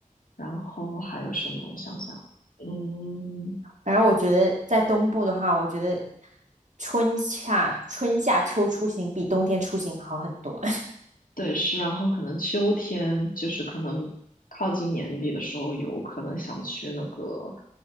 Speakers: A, on the left; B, on the right.
A: 然后还有什么？我想想，嗯，
B: 反正我觉得在东部的话，我觉得春夏春夏秋出行比冬天出行好很多。
A: 对，是，然后可能秋天就是可能靠近年底的时候，有可能想去那个，